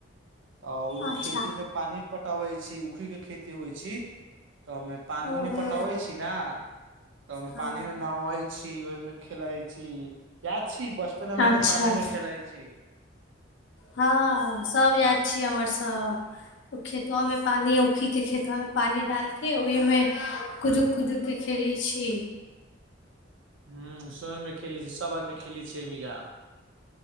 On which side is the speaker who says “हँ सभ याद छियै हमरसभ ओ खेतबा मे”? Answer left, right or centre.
Left